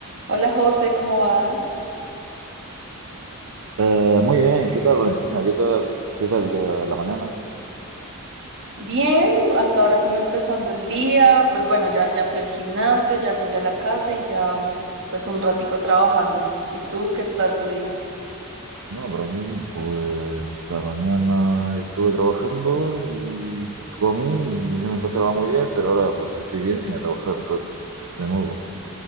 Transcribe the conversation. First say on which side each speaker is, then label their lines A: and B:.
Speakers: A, on the right; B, on the right.
A: Hola José, ¿cómo vas?
B: Eh, Muy bien, ¿qué tal Valentina? ¿Qué tal, qué tal eh, la mañana?
A: Bien, hasta ahora como empezando el día, pues bueno, ya, ya fui al gimnasio, ya llegué a la casa y ya pues un ratico trabajando. ¿Y tú qué tal tu día?
B: No, por aquí, pues la mañana estuve trabajando y comí y no me encontraba muy bien, pero ahora pues estoy bien y a trabajar un rato, de nuevo.